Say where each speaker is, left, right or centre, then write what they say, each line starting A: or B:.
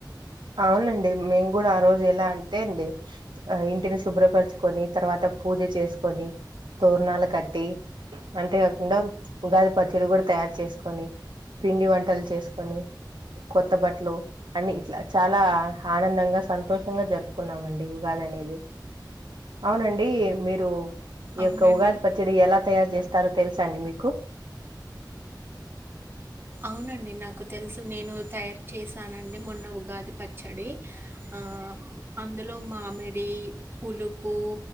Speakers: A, on the right; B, on the right.
A: అవునండి మేము కూడా ఆ రోజు ఎలా అంటే అండి ఆ ఇంటిని శుభ్రపరచుకొని తర్వాత పూజ చేసుకొని తోరణాలు కట్టి అంతేకాకుండా ఉగాది పచ్చడి కూడా తయారు చేసుకొని పిండి వంటలు చేసుకొని కొత్త బట్టలు అన్ని ఇట్లా చాలా ఆనందంగా సంతోషంగా జరుపుకున్నామండి ఉగాది అనేది అవునండి మీరు ఈ
B: అవునండి
A: యొక్క ఉగాది పచ్చిడి ఎలా తయారు చేస్ తరో తెలుస అండి మీకు
B: అవునండి నాకు తెలుసు నేను తయారు చేశానండి మొన్న ఉగాది పచ్చడి ఆ అందులో మామిడి పులుపు